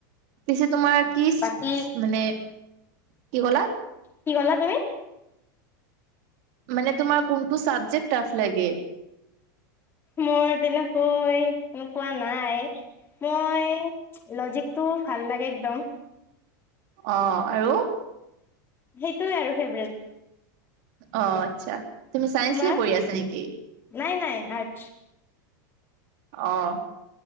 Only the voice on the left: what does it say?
বাকী
কি ক'লা তুমি?
মোৰ তেনেকৈ এনেকুৱা নাই। মই লজিকটো ভাল লাগে একদম।
সেইটোৱে আৰু ফ্ৰেবেত।
তোমাৰ?
নাই, নাই আৰ্টছ।